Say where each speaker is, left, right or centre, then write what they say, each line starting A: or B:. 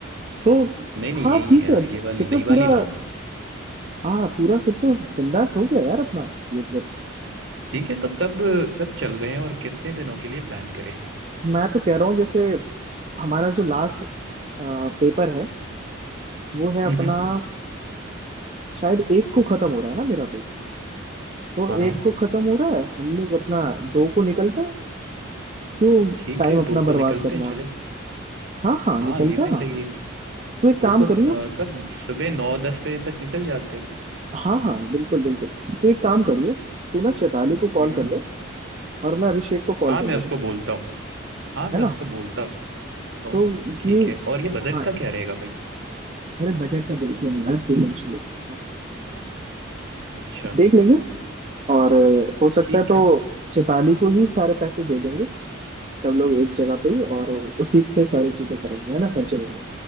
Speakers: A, on the right; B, on the right.
A: तो
B: नहीं नहीं
A: हाँ
B: यही
A: ठीक
B: अ,
A: है
B: ये
A: फिर
B: वाली
A: तो
B: नई
A: पूरा
B: वाली लाऊंगा
A: हाँ पूरा फिर तो बिंदास हो गया यार अपना ये ट्रिप
B: ठीक है तो कब कब चल रहे हैं और कितने दिनों के लिए प्लान करें
A: मैं तो कह रहा हूँ जैसे हमारा जो लास्ट पेपर है वो है
B: <laughs>
A: अपना शायद एक को खत्म हो रहा है ना मेरा तो तो
B: हाँ हाँ
A: एक को खत्म हो रहा है हम लोग अपना दो को निकलते हैं क्यों
B: ठीक
A: टाइम
B: है
A: अपना
B: दो को
A: बर्बाद
B: निकलते
A: करना
B: हैं चले
A: हाँ हाँ
B: हाँ
A: निकलते
B: ये
A: हैं
B: भी
A: ना
B: सही है
A: तो एक
B: दो
A: काम
B: को
A: करियो
B: अ, कब सुबह नौ दस बजे तक निकल जाते हैं फिर तो।
A: हाँ हाँ बिल्कुल बिल्कुल तो एक काम करियो तू ना चैताली को कॉल
B: हम्म
A: कर ले और मैं अभिषेक को कॉल
B: हाँ
A: कर
B: मैं
A: लेता
B: उसको
A: हूँ
B: बोलता हूँ हाँ मैं
A: है
B: उसको
A: ना
B: बोलता हूँ
A: तो
B: ठीक
A: ये
B: है और ये बजट
A: हाँ
B: का क्या रहेगा भाई
A: अरे बजट का देख लेंगे यार तू टेंशन मत ले।
B: अच्छा
A: देख लेंगे और अ, हो सकता
B: ठीक
A: है तो
B: है
A: चैताली को ही सारे पैसे दे देंगे सब लोग एक जगह पे और उसी से सारी चीजें करेंगे है ना खर्चेंगे